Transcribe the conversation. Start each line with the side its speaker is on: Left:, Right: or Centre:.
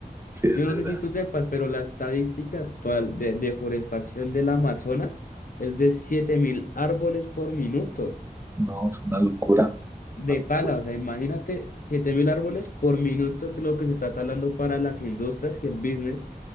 Right: sí, es
Left: Yo
Right: verdad.
Left: no sé si tú sepas, pero la estadística actual de deforestación del Amazonas es de 7.000 árboles por minuto
Right: No, es una locura, es
Left: de
Right: una locura.
Left: tala. O sea, imagínate 7.000 árboles por minuto que lo que se está talando para las industrias y el business,